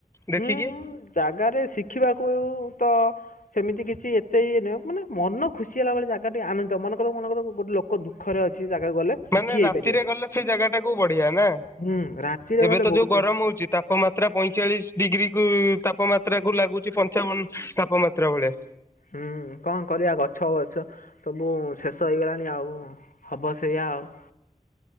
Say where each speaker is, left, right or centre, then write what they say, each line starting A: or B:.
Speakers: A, on the left; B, on the left.
A: ଦେଖିକି
B: ହୁଁ ହୁଁ ଜାଗାରେ ଶିଖିବାକୁ ତ ସେମିତି କିଛି ଏତେ ଇଏ ନୁହଁ ମାନେ ମନ ଖୁସି ହେଲା ଭଳି ଜାଗାଟେ ଆନନ୍ଦିତ ମନକର ମନେକର ଗୋଟେ ଲୋକ ଦୁ ଦୁଃଖ ରେ ଅଛି ଜାଗାକୁ ଗଲେ ସୁଖୀ
A: ମାନେ ରାତିରେ
B: ହେଇପାରିବ
A: ଗଲେ ସେ ଜାଗା ଟାକୁୁ ବଢିଆ ନା।
B: ହୁଁ ରାତିରେ
A: ଏବେ
B: ଗଲେ
A: ତ
B: ବହୁତ
A: ଯୋଉ ଗରମ ହଉଛି ତା ତାପମାତ୍ରା ପଇଁଚାଳିଶ ଡିଗ୍ରୀ କୁ ତାପମାତ୍ରା କୁ ଲାଗୁଛି ପଞ୍ଚାବନ ତାପମାତ୍ରା ଭଳିଆ।
B: ହୁଁ କଣ କରିବା? ଗଛ ବଛ ସବୁ ଶେଷ ହେଇଗଲାଣି ଆଉ। ହବ ସେଇୟା ଆଉ।